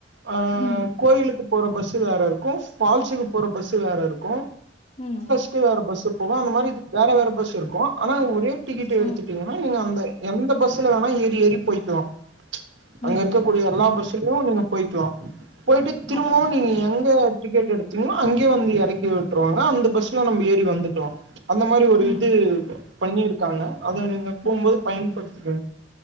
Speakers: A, on the right; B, on the left.
A: அ
B: ம்
A: கோயிலுக்கு போற பஸ் வேற இருக்கூ ஃபால்ஸுக்கு போற பஸ்சு வேற இருக்கு
B: உம்
A: த்து வேற பஸ்சு போகு அந்த மாரி இது வேற வேற பஸ் இருக்கு ஆனா ஒரே டிக்கெட் எடுத்துட்டீங்கன்னா
B: ம்
A: நீங்க அந்த எந்த பஸ்ல வேணா ஏறி ஏறி போய்க்கலா அங்க
B: ம்
A: இருக்கக்கூடிய எல்லா பஸ் திலியு நீங்க போய்க்லா போயிட்டு திரும்பவு
B: அதான் அதான்
A: நீங்க எங்க டிக்கெட் எடு திங்ளோ அங்கியே வந்து எறக்கி விட்டுருவாங்க அந்த பஸ் க்லா நம்ப ஏறி வந்துக்லா அந்த மாரி ஒரு
B: ம்
A: இது பண்ணிரு காங்க அதுவு நீங்க போம்போது
B: ம்
A: பயன்படுத்திகங்க